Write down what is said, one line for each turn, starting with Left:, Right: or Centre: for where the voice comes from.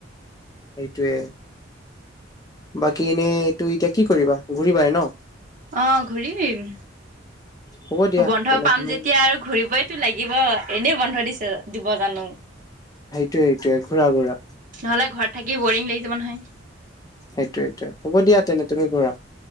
Left: সেইটোৱে। বাকী এনে, এইটো এতিয়া কি কৰিবা, ঘূৰিবাই ন'?
Right: অ'! ঘূৰিম।
Left: হ'ব দিয়া
Right: বন্ধ
Left: তেনে
Right: পাম
Left: তুমি
Right: যেতিয়া আৰু ঘূৰিবই টো লাগিব। এনেই বন্ধ দিছে, দিব জানোঁ।
Left: সেইটোৱে-সেইটোৱে, ঘূৰা-ঘূৰা।
Right: নহ'লে, ঘৰত থাকি বৰিং লাগি যাব, নহয়।
Left: সেইটোৱে-সেইটোৱে, হ'ব দিয়া তেনে, তুমি ঘূৰা।